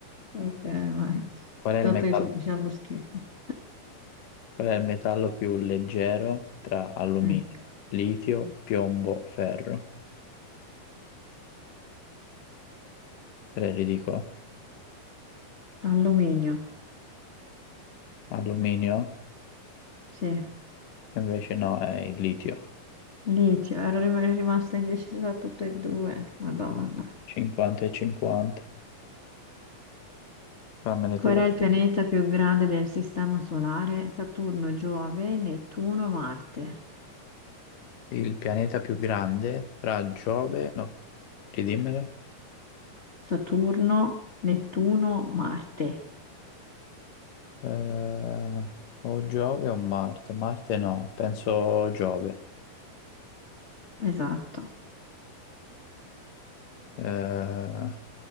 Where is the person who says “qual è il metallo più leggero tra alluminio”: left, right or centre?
Left